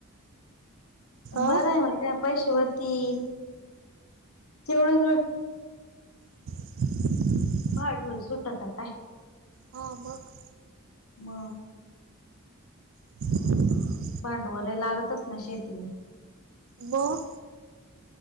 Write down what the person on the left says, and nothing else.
बरं हाय म त्या पैशे होतील, तेवढच व्हय?
वाढदिवस सुटता काय?
मं.
भांडवलाय लागतच ना शेतीला.